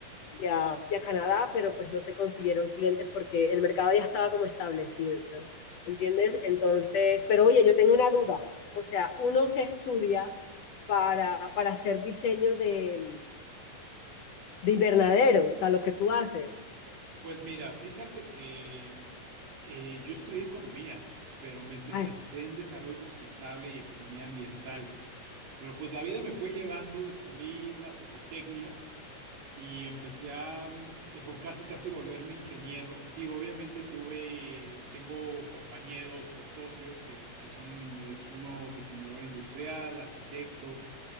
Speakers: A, on the left; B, on the right.
A: y a, y a Canadá, pero pues no se consiguieron clientes porque el mercado ya estaba como establecido, ¿entiendes? Entonces, pero oye, yo tengo una duda, o sea, uno que estudia para, para hacer diseño de, de invernadero, o sea, lo que tú haces.
B: Pues mira, fíjate que eh, yo estudié economía, pero me especialicé
A: Ay,
B: en desarrollo sustentable y economía ambiental. Pero pues la vida me fue llevando, descubrí las ecotecnias y empecé a mm, eh, po- casi casi volverme ingeniero. Digo, obviamente tuve, tengo compañeros o socios que, que son, es uno diseñador industrial, arquitecto